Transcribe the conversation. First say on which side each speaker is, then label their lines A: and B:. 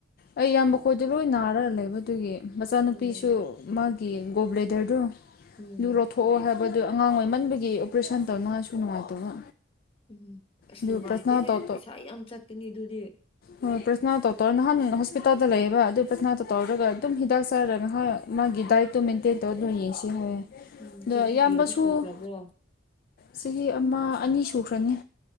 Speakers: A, on the left (about 50°); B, on the left (about 30°).
A: ꯑꯩ ꯏꯌꯥꯝꯕ ꯈꯣꯏꯗꯣ ꯂꯣꯏ ꯅꯥꯔꯒ ꯂꯩꯕꯗꯨꯒꯤ ꯃꯆꯥꯅꯨꯄꯤꯁꯨ
B: ꯑꯣ
A: ꯃꯥꯒꯤ ꯒꯣꯕ꯭ꯂꯦꯗꯔꯗꯨ
B: ꯎꯝ
A: ꯑꯗꯨ ꯂꯧꯊꯣꯛꯑꯣ ꯍꯥꯏꯕ ꯑꯗꯨꯗꯣ ꯑꯉꯥꯡ ꯑꯣꯏꯃꯟꯕꯒꯤ ꯑꯣꯄꯔꯦꯁꯟ ꯇꯧꯅꯉꯥꯏꯁꯨ ꯅꯨꯡꯉꯥꯏꯇꯕ
B: ꯎꯝ ꯑꯁ
A: ꯑꯗꯨ
B: ꯅꯨꯡꯉꯥꯏꯇꯦꯍꯦ
A: ꯄ꯭ꯔꯊꯅꯥ ꯇꯧ
B: ꯄꯩꯁꯥ ꯌꯥꯝ ꯆꯠꯀꯅꯤ ꯑꯗꯨꯗꯤ
A: ꯍꯣꯏ ꯄ꯭ꯔꯊꯅꯥ ꯇꯣ ꯇꯧꯔ ꯅꯍꯥꯟ ꯍꯣꯁꯄꯤꯇꯥꯜꯗ ꯂꯩꯌꯦꯕ ꯑꯗꯨ ꯄ꯭ꯔꯊꯅꯥꯇꯣ ꯇꯧꯔꯒ ꯑꯗꯨꯝ ꯍꯤꯗꯥꯛ ꯆꯥꯔꯒ ꯅꯍꯥꯟ ꯃꯥꯒꯤ ꯗꯥꯏꯇꯣ ꯃꯦꯟꯇꯦꯟ ꯇꯧꯔ ꯇꯧꯔ ꯌꯦꯡꯁꯦ ꯍꯥꯏꯌꯦ
B: ꯎꯝ
A: ꯑꯗ
B: ꯆꯍꯤ
A: ꯏꯌꯥꯝꯕꯁꯨ
B: ꯀꯌꯥꯗꯤ ꯁꯨꯈ꯭ꯔꯕ꯭ꯔꯣ
A: ꯆꯍꯤ ꯑꯃ ꯑꯅꯤ ꯁꯨꯈ꯭ꯔꯅꯤ